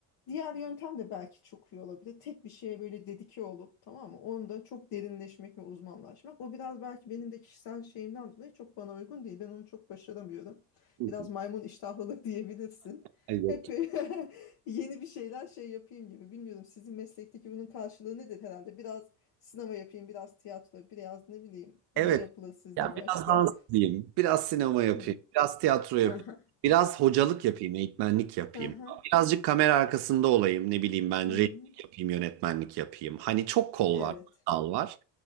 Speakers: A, on the left; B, on the right.
A: diğer yöntem de belki çok iyi olabilir. Tek bir şeye böyle dedike olup tamam mı? Onda çok derinleşmek ve uzmanlaşmak. O biraz belki benim de kişisel şeyimden dolayı çok bana uygun değil. Ben onu çok başaramıyorum.
B: hı
A: Biraz
B: hı.
A: maymun iştahlılık <laughs> diyebilirsin.
B: Ay, yok.
A: Hep böyle <laughs> yeni bir şeyler şey yapayım gibi. Bilmiyorum sizin meslekteki bunun karşılığı nedir herhalde? Biraz Sinema yapayım, biraz tiyatro, biraz ne bileyim.
B: Evet.
A: Ne yapılır sizde
B: Ya
A: başka?
B: biraz dans edeyim, biraz sinema yapayım,
A: Hmm.
B: biraz tiyatro yapayım,
A: hı. <laughs>
B: biraz hocalık yapayım, eğitmenlik yapayım.
A: Hı hı.
B: Birazcık kamera arkasında olayım, ne bileyim ben
A: Hı
B: rejisörlük
A: hı.
B: yapayım, yönetmenlik yapayım. Hani çok kol
A: Evet.
B: var, dal var.